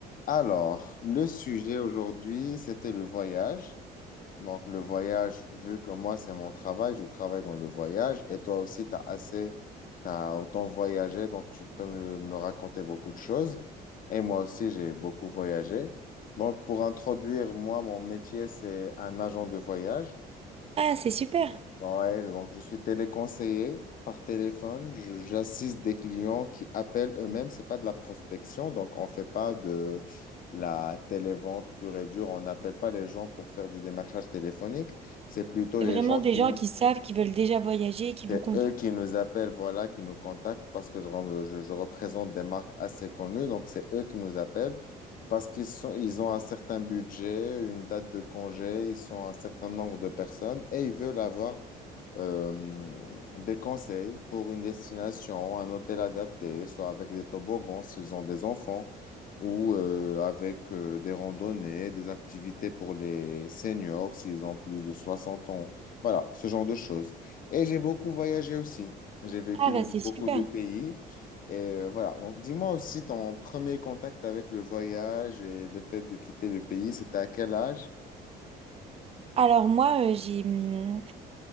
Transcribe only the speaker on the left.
Alors, le sujet aujourd'hui, c'était le voyage. Donc, le voyage, vu que moi, c'est mon travail, je travaille dans le voyage et toi aussi, tu as assez, tu as autant voyagé, donc tu peux me, me raconter beaucoup de choses. Et moi aussi, j'ai beaucoup voyagé. Donc, pour introduire, moi, mon métier, c'est un agent de voyage.
Ouais, donc je suis téléconseiller par téléphone. Je- J'assiste des clients qui appellent eux-mêmes. C'est pas de la prospection, donc on fait pas de la télévente pure et dure. On n'appelle pas les gens pour faire du démarchage téléphonique. C'est plutôt
les
gens
qui
nous,
c'est
eux qui nous appellent, voilà, qui nous contactent parce que je, rem- je- je représente des marques assez connues. Donc c'est eux qui nous appellent parce qu'ils sont, ils ont un certain budget, une date de congé, ils sont un certain nombre de personnes et ils veulent avoir euh, des conseils pour une destination, un hôtel adapté, soit avec des toboggans s'ils ont des enfants, ou euh, avec euh, des randonnées, des activités pour les seniors s'ils ont plus de 60 ans. Voilà, ce genre de choses. Et j'ai beaucoup voyagé aussi. J'ai vécu
dans
beaucoup de pays. Et euh, voilà, donc dis-moi aussi ton premier contact avec le voyage et le fait de quitter le pays, c'était à quel âge?